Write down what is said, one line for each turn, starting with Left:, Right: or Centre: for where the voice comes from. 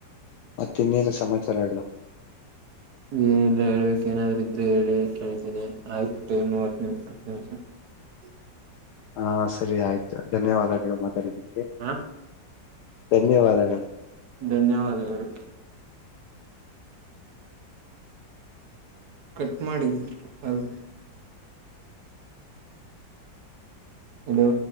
Left: ಮತ್ತ ಇನ್ನೇನು ಸಮಾಚಾರ ಎಲ್ಲ
Right: ನೀ ಏನಿಲ್ಲ ಹೇಳಳ್ಬೇಕೇನಾದರೂ ಇದ್ದ್ರ ಹೇಳಿ ಕೆಳ್ತೀನಿ ಆಯ್ತ ಟೈಮ್ ಮೂವತ್ತು ನಿಮಿಷ <unintelligible>
Left: ಹಾ ಸರಿ ಆಯ್ತು ಧನ್ಯವಾದಗಳು ಮಾತಾಡಿದವಿ
Right: ಹಾ
Left: ಧನ್ಯವಾದಗಳು
Right: ಧನ್ಯವಾದಗಳು ಕಟ್ ಮಾಡಿ ಕಾಲ್ ಹಲೋ